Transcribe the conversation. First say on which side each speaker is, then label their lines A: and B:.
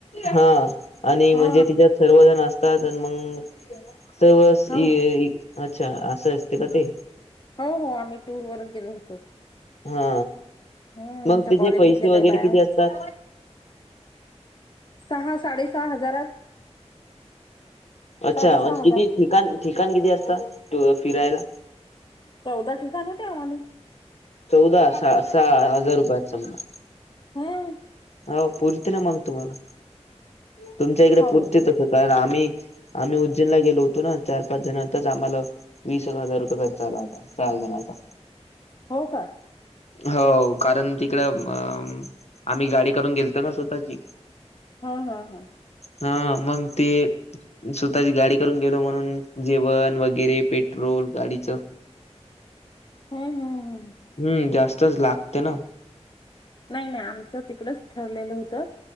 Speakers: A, on the left; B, on the left.
A: ह. आणि
B: हा
A: म्हणजे तिच्यात सर्वजण असतात. मग सवस
B: हो
A: अच्छा, असं असते का ते?
B: हो, हो. आम्ही टूरवर गेलो होतो.
A: हा
B: हम्म.
A: मग
B: आमच्या
A: त्याचे
B: कॉलनीतल्या
A: पैसे
B: काही
A: वगैरे
B: बाया
A: किती
B: होत्या.
A: असतात?
B: सहा, साडे सहा हजारात
A: अच्छा,
B: साडेसहा
A: मण
B: हजार
A: किती ठिकाण, ठिकाण किती असता? फिरायला?
B: चौदा ठिकाण होते आम्हाला.
A: चौदा. सहा सहा हजार रुपयात समजा.
B: हम्म.
A: हो पूर्ती ना मग तुम्हाला. तुमच्या इकडे
B: हो
A: पूर्ती तस. कारण आम्ही आम्ही उज्जैनला गेलो होतो ना. चार पाच जणातच आम्हाला वीस हजार रुपये खर्च आला होता. चार जणचा.
B: हो का?
A: हो कारण तिकडं, अ आम्ही गाडी करून गेलतो ना. स्वतःची.
B: ह. ह. ह.
A: ह. मग ते स्वतःची गाडी करून गेलो म्हणून. जेवण वगैरे, पेट्रोल गाडीचं.
B: हम्म, हम्म, हम्म, हम्म.
A: हम्म. जास्तच लागते ना.
B: नाही नाही. आमचं तिकडच ठरलेलं होतं.